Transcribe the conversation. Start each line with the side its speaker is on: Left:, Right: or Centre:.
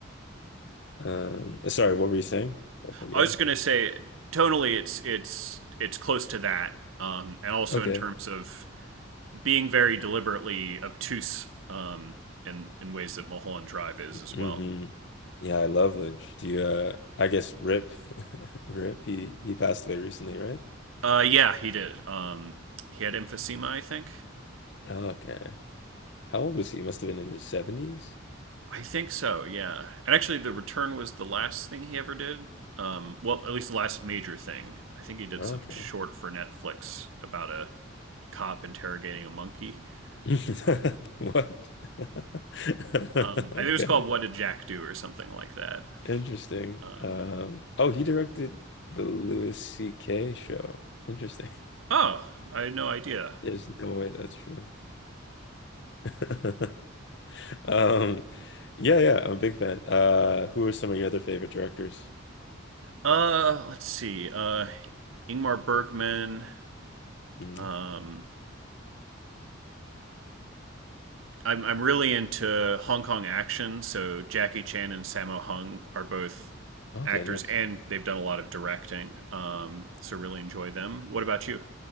Left: Um, sorry, what were you saying? I cut you
Right: I
Left: off?
Right: was gonna say tonally, it's it's it's close to that, um, and also
Left: Okay.
Right: in terms of being very deliberately obtuse um, in in ways that Mulholland Drive is as
Left: hmm
Right: well.
Left: Yeah, I love Lynch. Do you uh I guess Rip <laughs> Rip, he he passed away recently, right?
Right: Uh, yeah, he did. Um, he had emphysema, I think.
Left: Okay. How old was he? He must have been in his 70s.
Right: I think so. Yeah, and actually, the return was the last thing he ever did. Um, well, at least the last major thing. I think he did
Left: Okay.
Right: some short for Netflix about a cop interrogating a monkey.
Left: <laughs>
Right: Um,
Left: What? <laughs>
Right: um, I
Left: Okay.
Right: think it was called "What Did Jack Do" or something like that.
Left: Interesting.
Right: Um,
Left: Um, oh, he directed the Louis C.K. show. Interesting.
Right: oh, I had no idea.
Left: There's no way that's true. <laughs> Um, yeah, yeah, I'm a big fan. Uh, who are some of your other favorite directors?
Right: Uh, let's see. Uh, Ingmar Bergman.
Left: hmm
Right: Um, I'm I'm really into Hong Kong action, so Jackie Chan and Sammo Hung are both
Left: Okay,
Right: actors,
Left: nice,
Right: and they've done a lot of directing. Um, so really enjoy them. What about you?